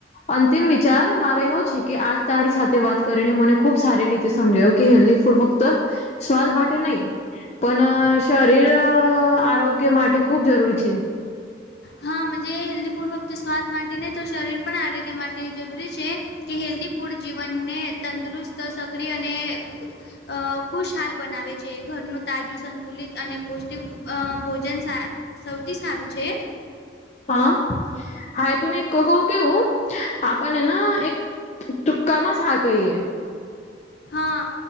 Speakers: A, on the left; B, on the left.
A: અંતિમ વિચાર, મારો એવો છે કે આજ તારી સાથે વાત કરીને મને ખુબ સારી રીતે સમજાયો કે હેલ્ધ ફૂડ ફત. તો સ્વાદ માટે નહી, પણ શરત- શરીર આરોગ્ય માટે, ખૂબ જરૂરી છે.
B: હા હેલ્ધી ફૂડ ફક્ત સ્વાદ માટે નહીં તો, શરીર પણ આરોગ્ય માટે જરૂરી છે. કે હેલ્ધી ફૂડ જીવનને તંદુરસ્ત સક્રિય અને. અ ખુશ હાલ બનાવે છે. ઘરનું તાજું સંતુલિત અને પૌષ્ટિક અ ભોજન. સૌથી સારું છે.
A: હા હા! એત એક કેવું આપણના એક. ચુક્કામાંસ હાર કઈ?
B: હા!